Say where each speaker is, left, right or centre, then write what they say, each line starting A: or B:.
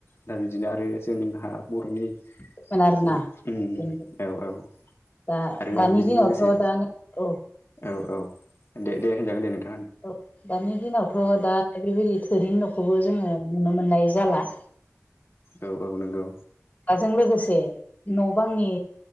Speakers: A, on the left; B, on the left.
A: दा बिदिनो आरो जोंहा बर'नि
B: लोगोमोन आरोना
A: औ ओम
B: जों
A: औ औ
B: दा
A: आरो
B: दानि
A: बेजों
B: दिनावथ'
A: लोगोसे
B: दा औ
A: औ औ दे दे होनजागोन दे नोंथा
B: औ दानि दिनावथ' दा बेबायदि थोरिनि न'खौबो जोङो नुनो मोननाय जाला
A: औ औ नोंगौ
B: हाजों लोगोसे न' बांनि